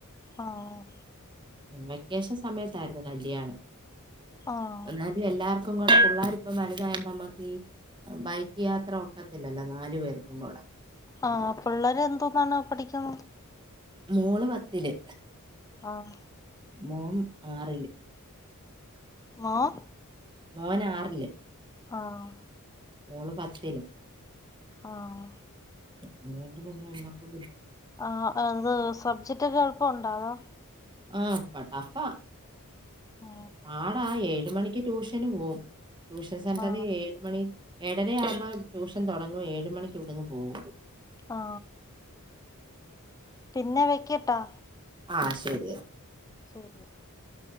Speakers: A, on the left; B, on the right.
A: ആഹ്
B: വെക്കേഷൻ സമയത്തായിരുന്നു കല്യാാണം
A: ആഹ്
B: എന്നാലും എല്ലാ പിള്ളാര്പ്പം വലുതായ നമ്മക്ക് ബൈക്ക് യാത്ര ഒക്കത്തില്ലല്ലോ നാലു പേർക്കും കൂടെ
A: ആഹ് പുള്ളാരെന്തോന്നാണ് അ പഠിക്കുന്ന
B: മോൾ പത്ത് ല്
A: ആഹ്
B: മോൻ ആറില്
A: മോം
B: മോൻ ആറ്ല്
A: ആഹ്‌
B: മോള് പത്തില്
A: ആഹ്‌
B: അതുകൊണ്ട് പിന്നെ നമ്മക്ക്.
A: ആ അത് സബ്ജക്റ്റ് ഒക്കെ എൾപ്പൊണ്ടോ അതോ?
B: ആഹ് പ ടഫ്ഫാ
A: ആ
B: പാടായെ ഴ്മണിക്ക് ട്യൂഷന് പോവും ട്യൂഷൻ സെന്ററീ
A: ആ
B: ഏഴ് മണി ഏഴരയാവുമ്പൊ ട്യൂഷൻ തൊടങ്ങും ഏഴ് മണിക്ക് ഇവ്ട്ന്ന് പോവും.
A: ആ പിന്നെ വെക്കട്ടാ.
B: ആഹ് ശരിയേ
A: <unintelligible>